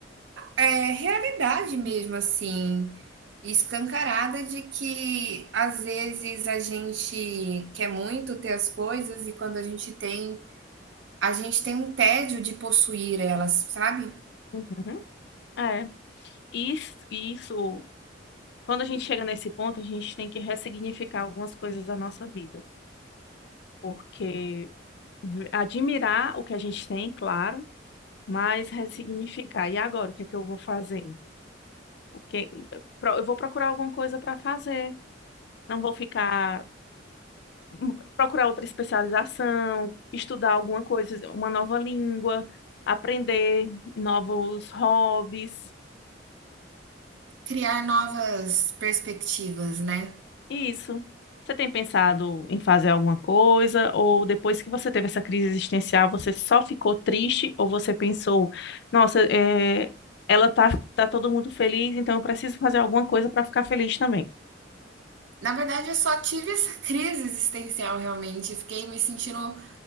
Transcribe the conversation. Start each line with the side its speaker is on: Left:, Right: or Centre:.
Right: é, realidade mesmo, assim, escancarada de que às vezes a gente quer muito ter as coisas e quando a gente tem, a gente tem um tédio de possuir elas, sabe?
Left: Uhum. É, isso, isso, quando a gente chega nesse ponto, a gente tem que ressignificar algumas coisas da nossa vida. porque v- admirar o que a gente tem, claro, mas ressignificar. E agora, o que é que eu vou fazer? O que... pro- Eu vou procurar alguma coisa para fazer. Não vou ficar hum, procurar outra especialização, estudar alguma coisa, uma nova língua, aprender novos hobbies.
Right: criar novas perspectivas, né?
Left: Isso. Você tem pensado em fazer alguma coisa? Ou depois que você teve essa crise existencial, você só ficou triste? Ou você pensou, nossa, é, ela tá, tá todo mundo feliz, então eu preciso fazer alguma coisa para ficar feliz também.
Right: Na verdade, eu só tive essa <laughs> crise existencial realmente. Fiquei me sentindo